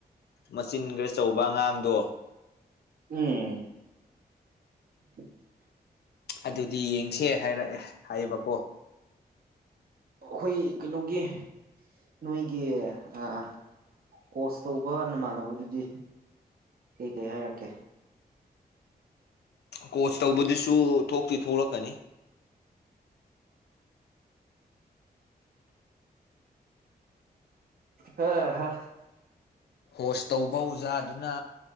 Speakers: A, on the left (about 80°); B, on the right (about 65°).
A: ꯃꯆꯤꯟ ꯒ꯭ꯔꯆꯧꯕ ꯑꯉꯥꯡꯗꯣ
B: ꯎꯝ <unintelligible>
A: ꯑꯗꯨꯗꯤ ꯌꯦꯡꯁꯦ ꯍꯥꯏꯔꯛꯑꯦ ꯍꯥꯏꯕꯀꯣ
B: ꯑꯩꯈꯣꯏ ꯀꯩꯅꯣꯒꯤ ꯅꯣꯏꯒꯤ ꯑꯥ ꯀꯣꯁ ꯇꯧꯕ ꯅꯃꯥꯟꯅꯕꯗꯨꯗꯤ ꯀꯩ ꯀꯩ ꯍꯥꯏꯔꯛꯀꯦ
A: ꯀꯣꯆ ꯇꯧꯕꯗꯨꯁꯨ ꯊꯣꯛꯇꯤ ꯊꯣꯛꯂꯛꯀꯅꯤ
B: ꯍ‌ꯦꯍꯥ
A: ꯍꯣꯁ ꯇꯧꯕ ꯑꯣꯖꯥꯗꯨꯅ